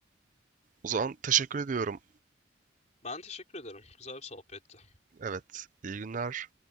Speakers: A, on the right (about 45°); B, on the left (about 40°).
A: O zaman teşekkür ediyorum.
B: Ben teşekkür ederim. Güzel bir sohbetti.
A: Evet, iyi günler.